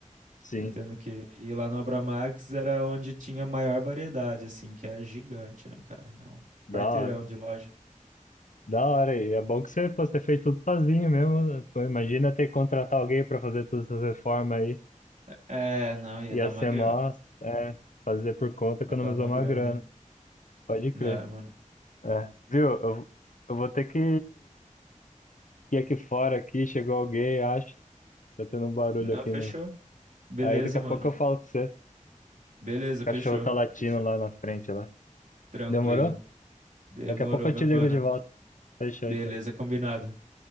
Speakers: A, on the left; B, on the right.
A: Sim.
B: Eu Tendo que ir lá no Abramax era onde tinha maior variedade, assim, que é gigante, né, cara? É um quarteirão
A: Da hora.
B: de loja.
A: Da hora. E é bom que você, pô, você fez tudo sozinho mesmo. né? Pô, imagina ter que contratar alguém pra fazer todas essas reformas aí.
B: É, não, ia
A: E
B: dar
A: a
B: uma
A: CMOS,
B: grana.
A: é, fazer por conta economizou
B: Ia dar uma
A: uma
B: grana.
A: grana. Pode
B: Não,
A: crer.
B: mano?
A: É. Viu? Eu, eu vou ter que ir aqui fora aqui, chegou alguém, acho. Tá tendo um barulho
B: Não,
A: aqui
B: fechou.
A: no.
B: Beleza,
A: Aí daqui a
B: mano.
A: pouco eu falo com você. O
B: Beleza,
A: cachorro
B: fechou.
A: tá latindo
B: Fechou.
A: lá na frente lá.
B: Tranquilo.
A: Demorou?
B: Demorou,
A: Daqui a pouco eu
B: meu
A: te ligo
B: mano.
A: de volta. Fechou,
B: Beleza,
A: então.
B: combinado.